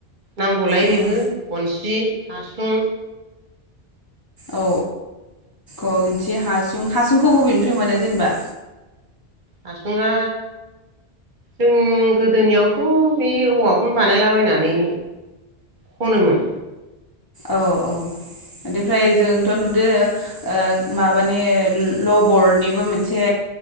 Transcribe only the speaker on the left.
उम
औ औ ह हासुं हासुंखौ बबेनिफ्राय मोनो जेनेबा
औ औ बेनिफ्राय जोंथ नुदों ओ माबानि लबरनिबो मोनसे